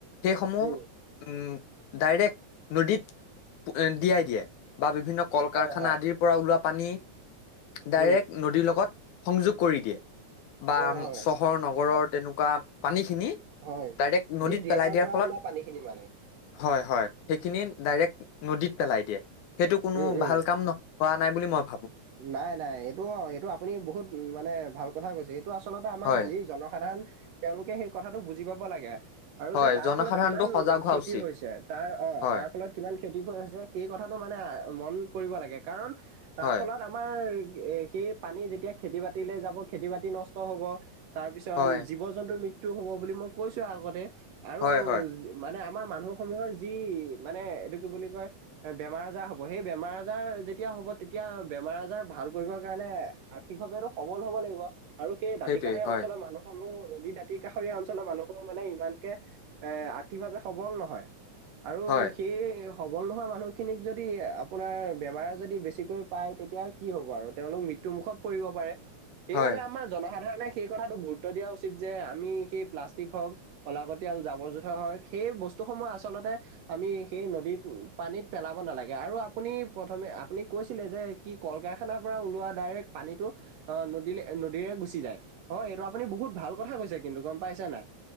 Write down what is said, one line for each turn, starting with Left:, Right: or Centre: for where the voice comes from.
Left: সেইসমূহ
Right: উম
Left: উম ডাইৰেক্ নদীত দিয়াই দিয়ে বা বিভিন্ন কল
Right: হয়
Left: কাৰখানা
Right: হয়
Left: আদিৰ পৰা ওলোৱা পানী ডাইৰেক্ট
Right: উম
Left: নদীৰ লগত সংযোগ কৰি দিয়ে বা
Right: হয় হয়
Left: চহৰ নগৰৰ তেনেকুৱা পানী খিনি
Right: হয়
Left: ডাইৰেক্ট নদীত
Right: যি ড্ৰেইনৰ
Left: পেলাই দিয়াৰ
Right: পৰা
Left: ফলত
Right: ওলোৱা পানীখিনি মানে
Left: হয় হয় সেইখিনি ডাইৰেক নদীত পেলাই দিয়ে সেইটো কোনো
Right: উম উম
Left: ভাল কাম ন হোৱা নাই বুলি মই ভ
Right: নাই নাই এইটো অ এইটো আপুনি বহুত মানে ভাল কথা কৈছে এইটো টো আচলতে আমাৰ
Left: হয়
Right: য জনসাধাৰণ তেওঁলোকে সেই কথাটো বুজি পাব লাগে আৰু
Left: হয়
Right: যে তাৰ
Left: জনসাধাৰণটো
Right: ফলত কিমান
Left: সজাগ হোৱা
Right: ক্ষতি
Left: উচিত
Right: হৈছে তাৰ অ
Left: হয়
Right: তাৰ ফলত কিমান খেতি কৰিছে সেই কথাটো মানে মন কৰিব লাগে কাৰণ তাৰ
Left: হয়
Right: ফলত আমাৰ সেই পানী যেতিয়া খেতি বাতিলে যাব খেতি বাতি নষ্ট হব তাৰ পিছত
Left: হয়
Right: জীৱ জন্তুৰ মৃত্যু হ'ব বুলি মই কৈছো আগতে আৰু
Left: হয় হয়
Right: মানে আমাৰ মানুহ সমূহৰ যি মানে এইটো কি বুলি কয় বেমাৰ আজাৰ হ'ব সেই বেমাৰ আজাৰ যেতিয়া হ'ব তেতিয়া বেমাৰ আজাৰ ভাল কৰিবৰ কাৰণে আৰ্থিক ভাৱটো সবল হব লাগিব আৰু সেই দাঁতি
Left: সেইটোৱে
Right: কাষৰীয়া
Left: হয়
Right: অঞ্চলৰ মানুহসমূহ নদীৰ দাঁতি কাষৰীয়া অঞ্চলৰ মানুহসমূহ মানে ইমানকে এ আৰ্থিকভাৱে সবল নহয় আৰু
Left: হয়
Right: সেই সবল নোহোৱা মানুহখিনিক যদি আপোনাৰ বেমাৰ যদি বেছি পাই তেতিয়া কি হ'ব আৰু তেওঁলোক মৃত্যু মুুখত পৰিব পাৰে
Left: হয়
Right: সবাবে আমাৰ জনসাধাৰণে সেই কথাটো গুৰুত্ব দিয়া উচিত যে আমি সেই প্লাষ্টিক হওক ওলাগতিয়াল জাবৰ জোথৰ হয় সেই বস্তুসমূহ আচলতে আমি সেই নদীত পানীত পেলাব নালাগে আৰু আপুনি প্ৰথমে আপুনি কৈছিলে যে কি কল কাৰখানাৰ পৰা ওলোৱা ডাইৰেক্ট পানীটো অ নদী-নদীৰে গুচি যায় হয় এইটো আপুনি বহুত ভাল কথা কৈছে কিন্তু গম পাইছে নাই